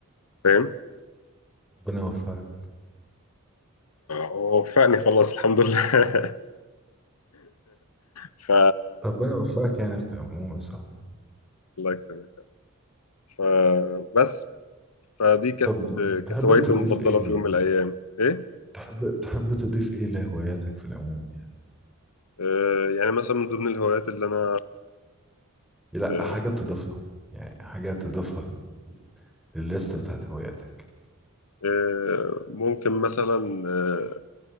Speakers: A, on the left; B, in the centre.
A: فاهم
B: ربنا يوفقك
A: ووفقني خلاص الحمد لله <laughs> ف
B: ربنا يوفقك يعني في العموم يا صاحبي
A: الله يكرمك فبس فدي كانت
B: طب تحب
A: كانت هوايتي
B: تضيف
A: المفضلة
B: إيه ل-
A: في يوم من الأيام إيه
B: تحب تحب تضيف إيه لهواياتك في العموم يعني
A: آه، يعني مثلا من ضمن الهوايات اللي أنا
B: لا
A: آه،
B: حاجة تضيفها يعني حاجة تضيفها لل- للليستة بتاعت هواياتك
A: آه، ممكن مثلا آه،